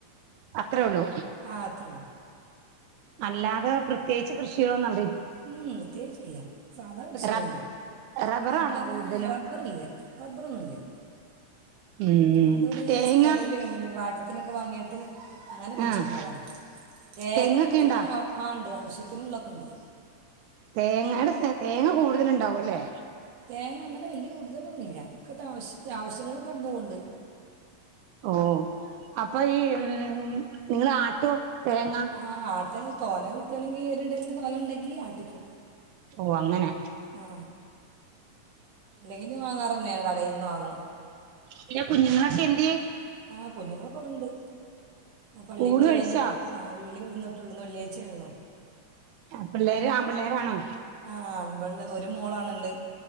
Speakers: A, on the right; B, on the right.
A: അത്രേ ഉള്ളൂ
B: ആ അത്രയേയുള്ളൂ
A: അല്ലാതെ പ്രത്യേകിച്ച് കൃഷി ഒന്നും
B: ഉം പ്രത്യേകിച്ച് ഇല്ല സാധാ കൃഷി
A: റബ്
B: തന്നേ
A: റബ്ബറാണോ
B: റബ്ബറേ
A: കൂടുതലും
B: റബ്ബറില്ലേ റബ്ബറൊന്നുമില്ലേ
A: ഉം
B: അതിവിടെ
A: തേങ്ങ
B: സ്ഥലമില്ല <unintelligible> <unintelligible> വാങ്ങിയിട്ട് അങ്ങനെ കുഴിച്ചിട്ണണ്
A: ആഹ്
B: തേങ്ങ
A: തെങ്ങൊക്കെ
B: നമുക്ക്ആ
A: ഇണ്ടാ
B: ഇണ്ട് ആവശ്യത്തിന് ഉള്ളത് ക്കൊ ണ്ട്
A: തേങ്ങയുടെ തേങ്ങ കൂടുതൽ ഉണ്ടാവു ല്ലേ
B: തേങ്ങ അങ്ങനെ വലിയ കൂടുതൽ കൂടുതലൊന്നും ഇല്ല ഒക്കെ ആവശ്യങ്ങൾ കടന്നു പോകുന്നുണ്ട്
A: ഉം അപ്പ ഈ ഉം നിങ്ങൾ ആട്ടോ തേങ്ങ
B: ആ ആട്ടൽ തോനെ കിട്ടുകയാണെങ്കിൽ ഒരിടൽന് തോനെ ഇണ്ടെങ്കിൽ ആട്ടിക്കും
A: ഓ അങ്ങനെ
B: ആ ഇല്ലെങ്കിൽ പിന്നെ വാങ്ങാർ ന്നെയാണ് കടയിൽ നിന്നു വാങ്ങും
A: പിന്നെ കുഞ്ഞുങ്ങളൊക്കെ എന്തിയെ
B: ആ കുഞ്ഞുങ്ങളൊക്കെ ഇവിടെയുണ്ട് പള്ളിയിൽ
A: ഊണ്
B: പോയി
A: കഴിച്ചാ
B: വന്നിട്ട് ഉള്ളി ന്നിട്ടൊള്ളോ ഇന്ന് വെള്ളിയാഴ്ച ആണല്ലോ
A: ആ പിള്ളേര് ആൺപിള്ളേര് ആണോ
B: ആ ഒരു മോളാണ് ഉള്ളത്